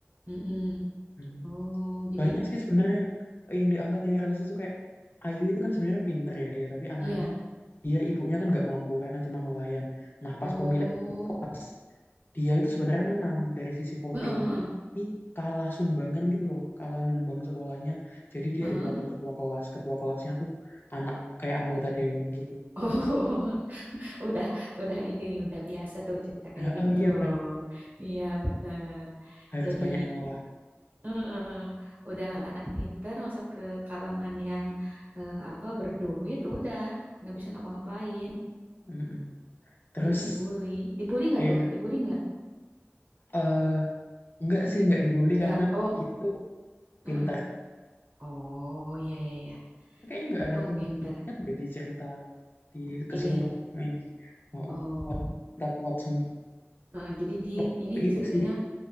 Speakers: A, on the right; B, on the left.
A: Mm-mm.
B: Hmm.
A: Oh, jadi
B: Banyak sih sebenarnya yang, yang diangkat yang realistis tuh kayak Ayu itu kan sebenarnya pinter ya dia, tapi anaknya
A: iya.
B: dia ibunya kan nggak mampu karena cuma nelayan. Nah
A: Oh,
B: pas pemilihan pas dia itu sebenarnya menang dari sisi voting
A: heeh heeh
B: tapi kalah sumbangan gitu loh kalah nyumbang sekolahnya jadi dia
A: heeh.
B: jadi wakil ketua kelas ketua kelasnya tuh anak kayak anggota dewan gitu
A: Oh, <laughs> udah udah ini udah biasa tuh cerita kayak
B: Ya,
A: gitu
B: eh,
A: tuh
B: iya kan
A: iya bener
B: harus
A: jadi
B: banyak ngalah
A: eh, udah anak pinter masuk ke kalangan yang eh, apa berduit udah nggak bisa ngapa-ngapain
B: Mm-mm. terus
A: jadi dibully dibully nggak
B: iya
A: tuh dibully nggak
B: eh enggak sih enggak dibully
A: nggak
B: karena
A: oh
B: dia tuh
A: eh.
B: pintar
A: oh iya iya iya
B: kayaknya enggak
A: untung
B: ada pembunuh
A: pinter
B: di cerita di keseluruhan
A: ini
B: film ini oh,
A: oh
B: oh. Wah, kita kuat semua
A: eh, jadi di
B: Lebih
A: ini
B: ke itu
A: ceritanya
B: sih